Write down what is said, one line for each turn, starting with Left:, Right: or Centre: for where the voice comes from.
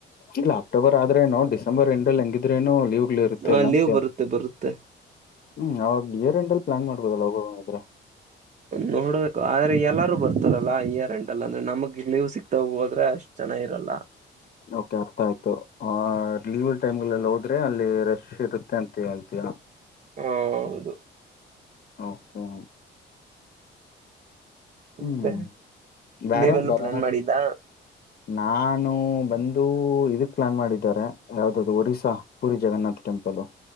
Left: ಇಲ್ಲ ಅಕ್ಟೋಬರ್ ಆದ್ರೇನು ಡಿಸೆಂಬರ್ ಎಂಡ್ ಅಲ್ಲಿ ಹೆಂಗಿದ್ರೇನು ಲೀವ್ <unintelligible> <unintelligible>
Right: ಆ
Left: ಲ್ಲ
Right: ಲೀವ್
Left: ಅ
Right: ಬರುತ್ತೆ ಬರುತ್ತೆ
Left: ಹ್ಮ ಅವಾಗ ಇಯರ್ ಎಂಡ್ ಲ್ಲಿ ಪ್ಲಾನ್ ಮಾಡ್ಬೋದಲ್ಲ ಹೋಗ್ ಆಗೋ ಇದ್ರೆ. <inaudible>
Right: ನೋಡ್ಬೇಕು ಆದ್ರೆ ಎಲ್ಲಾರೂ ಬರ್ತಾರಲ್ಲಾ ಇಯರ್ ಎಂಡ್ <unintelligible> ಅಂದ್ರೆ ನಮ್ಗೆ ಲೀವ್ ಸಿಕ್ತಾ ಹೋದ್ರೆ ಅಷ್ಟೆ ಚೆನ್ನಾಗಿರಲ್ಲ.
Left: ಓಕೆ ಅರ್ಥ ಆಯ್ತು. ಆ <unintelligible> ಲೀವಲ್ ಟೈಮ್ಲ್ಲಿ ಹೋದ್ರೆ ಅಲ್ಲಿ ರಶ್ ಇರುತ್ತೆ ಅಂತ ಹೇಳ್ತೀರಾ
Right: ಹ ಹೌದು.
Left: ಹಹೋ. ಹ್ಮ್
Right: ಮತ್ತೆ
Left: ಬೇರೆ
Right: ನೀವೆಲ್ಲ
Left: ಬರ.
Right: ಪ್ಲಾನ್ ಮಾಡಿದ್ದ
Left: ನಾನು ಬಂದು ಇದಕ್ ಪ್ಲಾನ್ ಮಾಡಿದ್ದಾರೆ ಯಾವ್ದ ಅದು ಒರಿಸ್ಸ. ಪೂರಿ ಜಗನ್ನಾಥ ಟೆಂಪಲ್